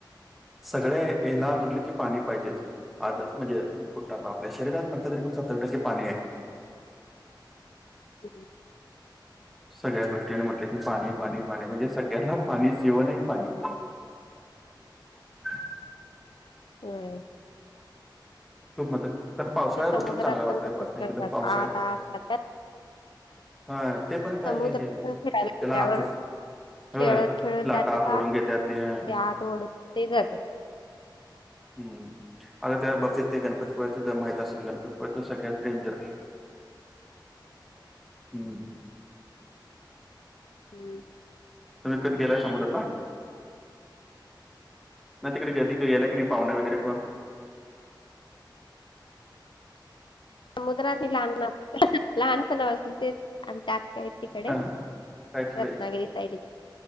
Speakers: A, in the centre; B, on the left (about 80°).
A: सगळ्या ह्याला म्हटलं की पाणी पाहिजेच आज म्हणजे कुठ आता आपल्या शरीरात म्हटलं तरी पण सत्तर टक्के पाणी आहे.
B: <inaudible>
A: सगळ्या गोष्टीं म्हटले की पाणी पाणी पाणी म्हणजे सगळ्यांना पाणीच जीवण आहे पाणीच. ह <inaudible>
B: होय.
A: खूप म्हणतात. तर पावसाळा
B: ते समुद्रात
A: ऋतूच चांगला वाटतोय
B: पण तसच करतात
A: एकदम पावसाळ्यात
B: आत आत जात्यात.
A: हा ते पण काय
B: समुद्र
A: हे नाही
B: पण फिरायला गेल्यावर.
A: त्याला अर्थच होय
B: खेळत खेळत
A: लाटा
B: जातात
A: ओढून
B: आत
A: घेत्यात हम्म
B: ते आत ओढून घेतय जात्यात.
A: हम्म आता त्या बाबतीत ते गणपती. पोळ्याचं माहित असेल गणपतळत सगळ्यात डेंजर. हम्म.
B: हम.
A: तुम्ही कधी गेलाय समुद्रातला. नाही तिकडे गधला की नाही पाहुणे वगैरे कोण.
B: समुद्रात लहान लहानपणा असून तेच. आमची आत्या हाय तकडे
A: हा हा काय तिकडे
B: रत्नागिरी सैडला.